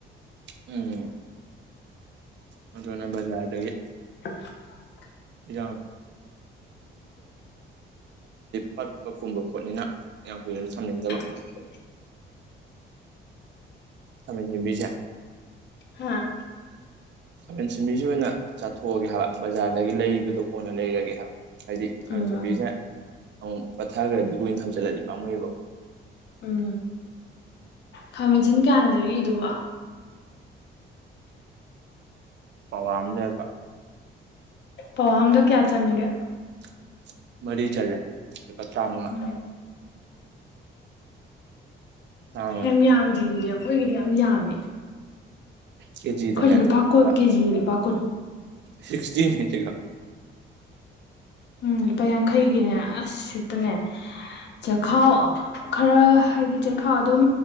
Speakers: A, on the right; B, on the left.
A: ꯎꯝ꯫ ꯃꯗꯨꯅ ꯕꯖꯥꯔꯗꯒꯤ
B: <unintelligible>
A: <inaudible> ꯄꯠꯄ ꯄꯨꯝꯕ ꯄꯣꯠꯅꯤꯅ ꯌꯥꯝ ꯀꯨꯏꯅꯁꯨ ꯊꯝꯅꯤꯡꯗꯕ꯫
B: <unintelligible>
A: ꯈꯥꯃꯦꯟ ꯁꯤꯟꯕꯤꯁꯦ꯫
B: ꯍꯥꯥ꯫
A: ꯈꯥꯃꯦꯟ ꯁꯤꯟꯕꯤꯁꯤ ꯑꯣꯏꯅ ꯆꯥꯊꯣꯛꯑꯒꯦ ꯍꯥꯏꯕ ꯕꯖꯥꯔꯗꯒꯤ ꯂꯩꯕꯗꯣ ꯀꯣꯟꯅ ꯂꯩꯔꯒꯦ ꯍꯥꯏꯕ ꯍꯥꯏꯗꯤ ꯈꯪꯁꯕꯤꯁꯦ
B: ꯎꯝ
A: ꯑꯃꯨꯛ ꯐꯠꯊꯈ꯭ꯔꯗꯤ ꯀꯨꯏꯅ ꯊꯝꯆꯠꯂꯗꯤ ꯄꯥꯃꯨꯏꯒꯦꯕꯀꯣ
B: ꯎꯝ ꯈꯥꯃꯦꯟ ꯑꯁꯤꯟ ꯀꯌꯥꯅꯣ ꯂꯩꯔꯛꯢꯗꯨꯕꯣ
A: ꯄꯥꯋꯥ ꯑꯃ ꯂꯩꯔꯛꯄ
B: ꯄꯋꯥ ꯑꯝꯗ ꯀꯌꯥ ꯆꯟꯒꯦ
A: <unintelligible> ꯃꯔꯤ ꯆꯥꯜꯂꯦ ꯂꯨꯄꯥ ꯆꯥꯃꯥ
B: ꯎꯝ
A: ꯇꯔꯥꯃꯉꯥ
B: ꯌꯥꯝ ꯌꯥꯝꯗꯦꯌꯦ ꯑꯩꯈꯣꯏꯒꯤꯗꯤ ꯌꯥꯝ ꯌꯥꯝꯃꯦ
A: ꯀꯦꯖꯤꯗꯅꯦ
B: ꯑꯩꯈꯣꯏꯗꯤ ꯀꯨꯟ
A: ꯂꯨꯄꯥ
B: ꯀꯦꯖꯤꯒꯤ ꯂꯨꯄꯥ ꯀꯨꯟ
A: ꯁꯤꯛꯁꯇꯤꯅꯦ ꯁꯤꯗ
B: ꯎꯝ ꯂꯨꯄꯥ ꯌꯥꯡꯈꯩꯒꯤꯅꯦ ꯑꯁ <unintelligible> ꯆꯦꯈꯥꯎ ꯈꯔ ꯍꯥꯏꯗꯤ ꯆꯦꯈꯥꯎ ꯑꯗꯨꯝ